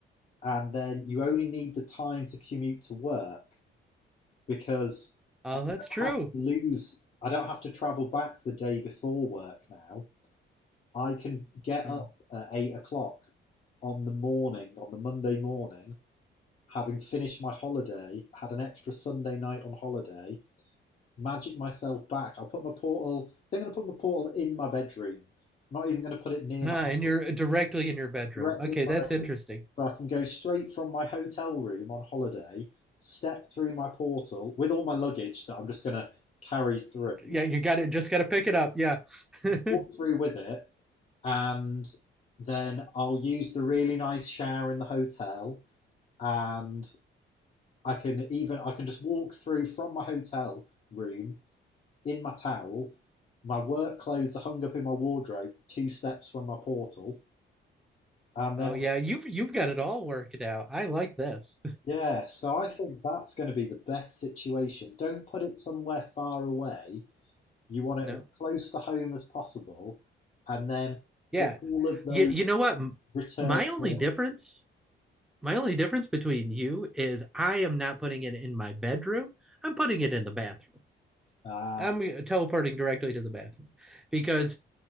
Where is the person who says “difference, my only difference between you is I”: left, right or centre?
Centre